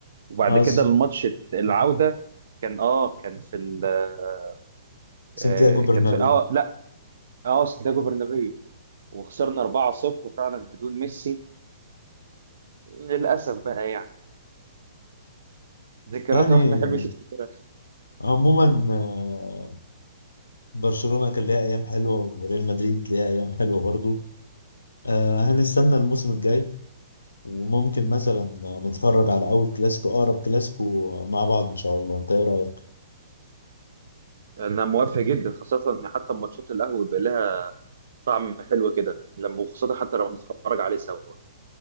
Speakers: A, on the right (about 65°); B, on the left (about 80°).
A: وبعد
B: اصلا
A: كده الماتش العوده كان اه كان في ال- آه، آه،
B: سانتياغو
A: كان
B: برنابيو
A: في اه لا اه سانتياغو برنابيو وخسرنا 4-0 فعلا بدون ميسي وللأسف بقى يعني ذكريات
B: يعني
A: الواحد ما يحبش يفتكرها
B: عموما آه، برشلونة كان ليها أيام حلوة وريال مدريد ليها أيام حلوة برضو آه، هنستنى الموسم الجاي وممكن مثلا نتفرج على أول كلاسيكو أقرب كلاسيكو مع بعض إن شاء الله أنت إيه رأيك؟
A: انا موافق جدا خاصه ان حتى ماتشات القهوه بيبقى لها طعم حلو كده لما وخاصه حتى لو بنتفرج عليه سوا